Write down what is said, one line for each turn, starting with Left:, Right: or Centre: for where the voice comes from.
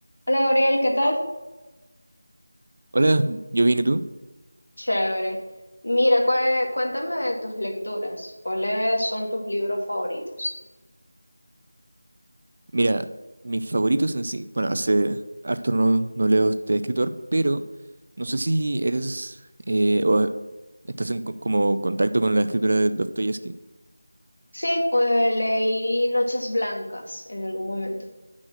Left: Hola Gabriel, ¿qué tal?
Right: Hola, yo vine tú.
Left: Chévere. Mira, cué- cuéntame de tus lecturas. ¿Cuáles son tus libros favoritos?
Right: Mira, mis favoritos en sí, bueno, hace harto no, no leo este escritor, pero no sé si eres eh, o estás en co- como contacto con la escritura de Dostoyevsky.
Left: Sí, eh, leí Noches Blancas en algún momento.